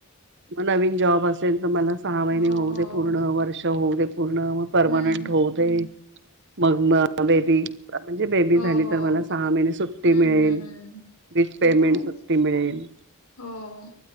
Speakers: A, on the right; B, on the left.
A: मग नवीन जॉब असेल तर मला सहा महिने
B: हो हो
A: होऊ दे! पूर्ण वर्ष होऊ दे! पूर्ण मग पर्मनंट
B: हम्म.
A: होऊदे! मग म बेबी म्हणजे बेबी
B: हो,
A: झाली
B: हो.
A: तर मला सहा महिने सुट्टी. विथ
B: हं, हं, हं. ते
A: पेमेंट
B: तर आहेच.
A: सुट्टी मिळेल.
B: हो.